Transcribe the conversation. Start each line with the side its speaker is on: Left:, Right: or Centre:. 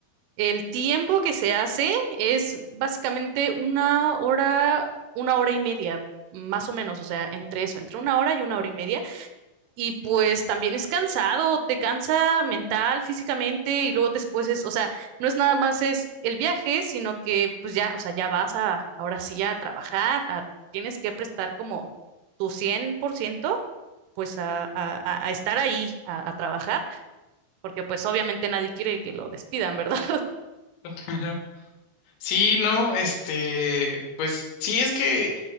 Right: el tiempo que se hace es básicamente una hora, una hora y media, más o menos, o sea, entre eso, entre una hora y una hora y media. Y pues también es cansado, te cansa mental, físicamente, y luego después es, o sea, no es nada más es el viaje, sino que pues ya, o sea, ya vas a, ahora sí a trabajar, a- tienes que prestar como tu 100%, pues a, a, a a estar ahí, a a trabajar, porque pues obviamente nadie quiere que lo despidan, <laughs> ¿verdad?
Left: <laughs> Sí, no, este, pues sí es que